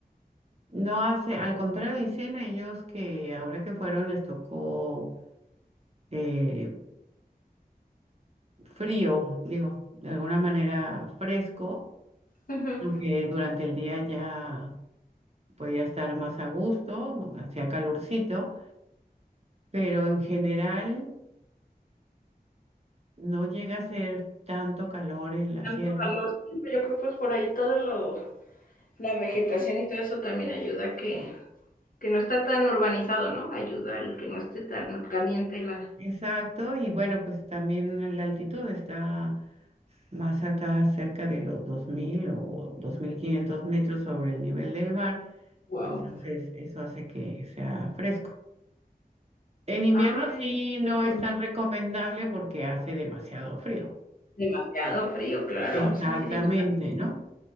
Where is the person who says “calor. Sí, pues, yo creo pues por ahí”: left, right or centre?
Left